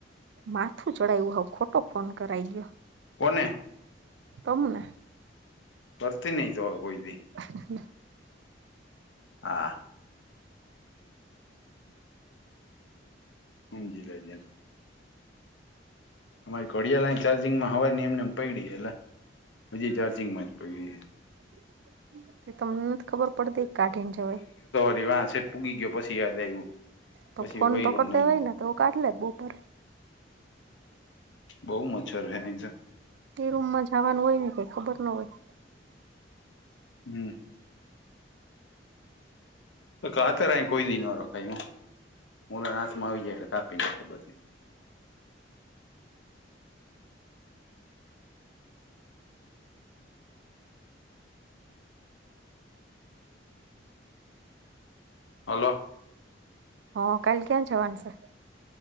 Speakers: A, on the right; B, on the left.
A: માથું ચડાયું હ ખોટો ફોન કરાઈ ગયો
B: કોને?
A: તમને.
B: કરતી નહી તો કોઈથી
A: હમ.
B: હા. હાજીીજ. અમારી ઘડિયા લાઈન ચાર્જિંગમાં હવા ની એમને એમ પડી એટલે હજી ચાર્જંગ માચ પઈ ર.
A: <unintelligible> એ તમને નથી ખબર પડતી એક કાઠિન છેવાય.
B: રી વા સેઠ પૂગી ગયો પછી યાદ આવ્યું.
A: તો
B: પછી
A: ફોન
B: વયરો
A: તો કરતા
B: નહી
A: હોય ને તો કાઢલે જ બપર.
B: બઉુ મચ્છર છે અહીં.
A: તે રૂમમાં જવાનું હોય ને કઈ ખબર ના હોય.
B: હમ. આતર કોઈ દી ન રખાય હું હાથમાં આવી જાય એટલે કાપી ના. હલો.
A: હ કાલલે ક્યાં છવાન સર?